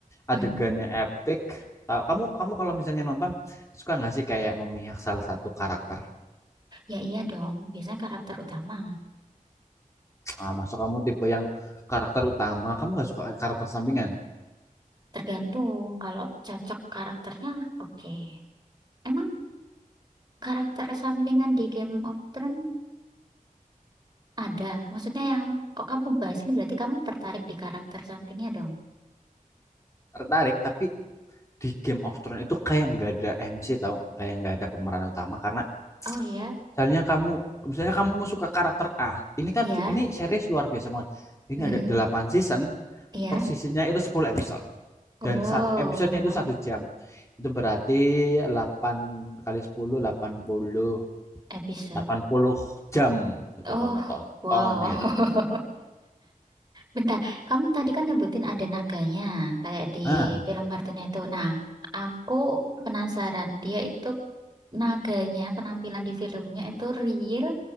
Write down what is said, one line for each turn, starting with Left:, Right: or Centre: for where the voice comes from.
Right: Mm.
Left: adegannya epic. Tahu kamu kamu kalau misalnya nonton suka nggak sih kayak memihak salah satu karakter?
Right: Ya iya dong. Biasanya karakter utama.
Left: Ah, masuk kamu tipe yang karakter utama, kamu nggak suka karakter sampingan?
Right: Tergantung kalau cocok karakternya, oke. Emang karakter sampingan di Game of Thrones ada? Maksudnya yang kok kamu bahas ini berarti kamu tertarik di karakter sampingnya dong?
Left: Tertarik, tapi di Game of Thrones itu kayak nggak ada MC tau kayak nggak ada pemeran utama karena
Right: Oh iya,
Left: misalnya kamu misalnya kamu suka karakter A ini kan
Right: iya.
Left: ini series luar biasa banget ini
Right: Mm-mm.
Left: ada delapan season
Right: Iya.
Left: per seasonnya itu sepuluh episode
Right: Wow,
Left: dan satu episodenya itu satu jam itu berarti delapan kali sepuluh delapan puluh
Right: episode.
Left: delapan puluh jam itu
Right: Oh,
Left: kamu tonton
Right: wow.
Left: itu
Right: <laughs> Bentar, kamu tadi kan nyebutin ada naganya, kayak di
Left: Ah,
Right: film kartunnya itu. Nah, aku penasaran, dia itu naganya, penampilan di filmnya itu real